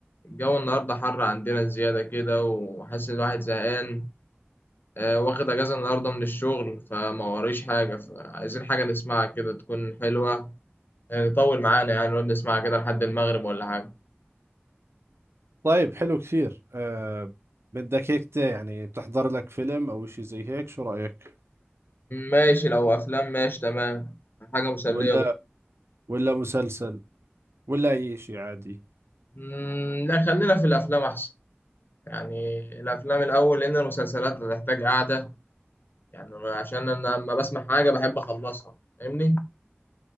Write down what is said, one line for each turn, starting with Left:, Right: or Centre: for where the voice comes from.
Left: الجو النهاردة حر عندنا زيادة كده وحاسس إن الواحد زهقان آه، واخد أجازة النهاردة من الشغل فما وريش حاجة فعايزين حاجة نسمعها كده تكون حلوة يعني طول معانا يعني نقعد نسمعها كده لحد المغرب ولا حاجة
Right: طيب حلو كثير أه بدك هيك تا- يعني تحضر لك فيلم او اشي زي هيك شو رأيك
Left: ماشي لو أفلام ماشي تمام حاجة مسلية
Right: ولا
Left: برضه
Right: ولا مسلسل ولا اي اشي عادي
Left: مم، لا خلينا في الأفلام أحسن يعني الأفلام الأول لأن المسلسلات هتحتاج قعدة يعني أنا- عشان أنا لما بسمع حاجة بحب أخلصها فاهمني؟